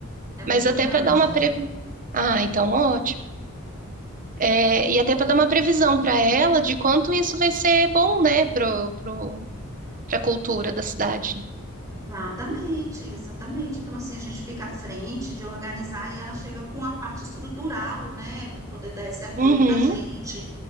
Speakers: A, on the right (about 15°); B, on the right (about 40°).
A: é muito
B: Mas até
A: grande.
B: para dar uma previ... Ah, então ótimo. É, e até para dar uma previsão para ela de quanto isso vai ser bom, né, pro, pro, para a cultura da cidade.
A: Exatamente, exatamente. Então, assim, a gente fica à frente de organizar e ela chega com a parte estrutural, né? Poder dar esse apoio
B: Uhum,
A: para a gente.